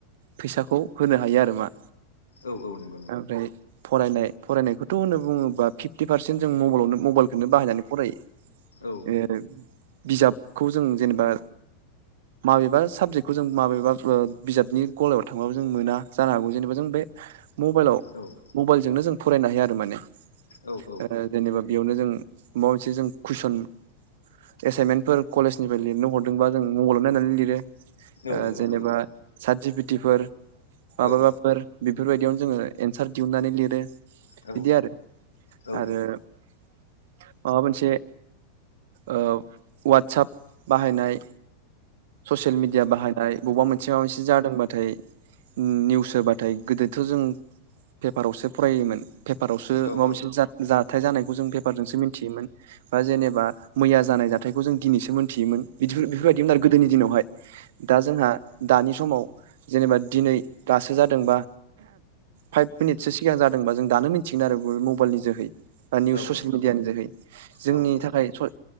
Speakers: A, on the right; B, on the left.
A: फैसाखौ होनो हायो आरो मा
B: औ औ नों
A: आमफ्राय फरायनाय फरायनायखौथ' होनो बुङोबा फिफ्टि पारसेन्ट जों मबलावनो मबाइलखोनो बाहायनानै फरायो
B: औ
A: ए बिजाबखौ जों जेनेबा माबेबा साबजेक्टखौ जों माबेबा ओ बिजाबनि गलायाव थांबाबो जों मोना जानो हागौ जेनेबा जों बे मबाइलाव
B: औ
A: मबाइलजोंनो जों फरायनो हायो आरो माने
B: औ औ
A: ओ जेनेबा बेयावनो जों माबा मोनसे जों कुइसन एसाइनमेन्टफोर कलेजनिफ्राय लिरनो हरदोंबा जों मबाइलाव नायनानै लिरो
B: औ
A: ओ
B: नंगौ
A: जेनेबा
B: नंगौ
A: सादजिपिटिफोर माबाबाफोर
B: औ
A: बेफोरबायदियावनो जोङो एन्सार दिहुननानै लिरो
B: औ
A: बिदि आरो
B: औ
A: आरो माबा मोनसे औ वाट्साप बाहायनाय ससियेल मिडिया बाहायनाय बबा मोनसे माबा मोनसे जादोंबाथाय निउस होबाथाय गोदोथ' जों पेपारावसो फरायोमोन पेपारावसो
B: औ
A: माबा मोनसे जा-जाथाय जानायखौ जों पेपारजोंसो मिन्थियोमोन बा जेनेबा मैया जानाय जाथायखौ जों दिनैसो मोनथियोमोन बिदिफोर बेफोरबायदिमोन आरो गोदोनि दिनावहाय दा जोंहा दानि समाव जेनेबा दिनै दासो जादोंबा फाइभ मिनिटसो सिगां जादोंबा जों दानो मिथिगोन आरो मबाइलनि जोहै बा निउस
B: औ
A: ससियेल मिडियानि जोहै जोंनि
B: औ
A: थाखाय सय